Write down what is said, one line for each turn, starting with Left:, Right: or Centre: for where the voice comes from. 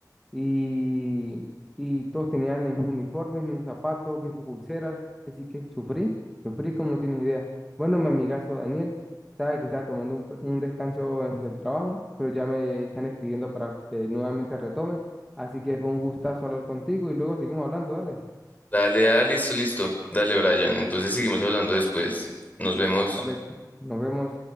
Centre: y, y todos tenían los mismos uniformes, mismos zapatos, mismas pulseras, así que sufrí, sufrí como no tienes idea. Bueno, mi amigazo Daniel sabe que estaba tomando un, un descanso entre el trabajo, pero ya me están escribiendo para que nuevamente retome, así que fue un gustazo hablar contigo y luego seguimos hablando, dale,
Left: dale, ah, listo, listo, dale, Brian. Entonces seguimos hablando después. Nos vemos.
Centre: dale, nos vemos.